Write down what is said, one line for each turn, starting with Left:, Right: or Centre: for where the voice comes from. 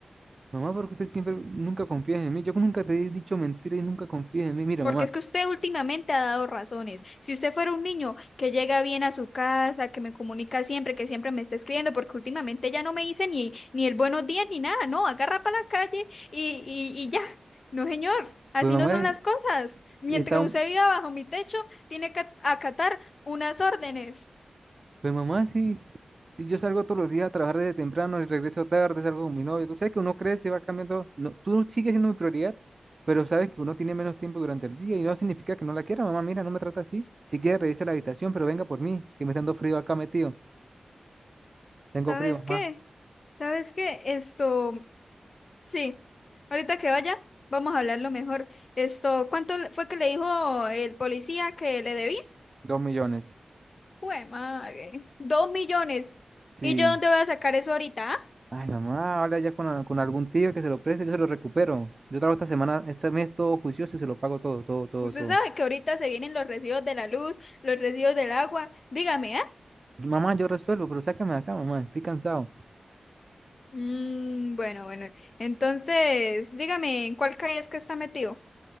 Right: Mamá, porque usted siempre nunca confía en mí. Yo nunca te he dicho mentira y nunca confías en mí. Mira,
Left: Porque
Right: mamá,
Left: es que usted últimamente ha dado razones. Si usted fuera un niño que llega bien a su casa, que me comunica siempre, que siempre me está escribiendo, porque últimamente ya no me dice ni, ni el buenos días ni nada, no, agarra para la calle y, y, y ya. No, señor, así
Right: pues mamá
Left: no son
Right: es-
Left: las cosas. Mientras
Right: está, un-
Left: usted viva bajo mi techo, tiene que acatar unas órdenes.
Right: pues mamá sí, si yo salgo todos los días a trabajar desde temprano y regreso tarde, salgo con mi novio. Tú sabes que uno crece, va cambiando. No, tú sigues siendo mi prioridad, pero sabes que uno tiene menos tiempo durante el día y no significa que no la quiera. Mamá, mira, no me trata así. Si quiere, revisa la habitación, pero venga por mí, que me está dando frío acá metido. Tengo
Left: ¿Sabes
Right: frío, mamá.
Left: qué? ¿Sabes qué? Esto, sí, ahorita que vaya, vamos a hablarlo mejor. Esto, ¿cuánto le- fue que le dijo el policía que le debía?
Right: Dos millones.
Left: Jue madre. Dos millones.
Right: Sí,
Left: ¿Y yo dónde voy a sacar eso ahorita? ah?
Right: Ay, mamá, habla ya con, a- con algún tío que se lo preste, yo se lo recupero. Yo trabajo esta semana, este mes todo juicioso y se lo pago todo, todo, todo,
Left: Usted
Right: todo.
Left: sabe que ahorita se vienen los residuos de la luz, los residuos del agua. Dígame, ¿ah?
Right: Mamá, yo resuelvo, pero sáqueme de acá, mamá, estoy cansado.
Left: Mm, bueno, bueno. Entonces, dígame, ¿en cuál calle es que está metido?